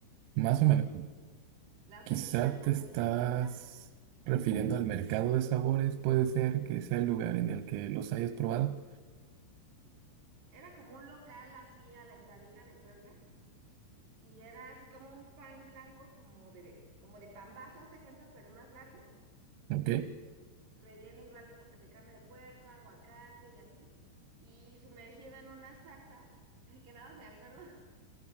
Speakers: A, on the right; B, on the right.
A: Es,
B: más o menos.
A: la asesina,
B: Quizá
A: para
B: te estás
A: mí la asesina
B: refiriendo al mercado de sabores, puede ser que sea el lugar en el que los hayas probado.
A: era como un local así a la entradita de Puebla y era así como un pan blanco, como de, como de pambazo, haz de cuenta, pero más largo,
B: Ok,
A: relleno igual de, de carne de puerco, aguacate y así, y sumergido en una salsa, <laughs> ay, que nada más me acuerdo,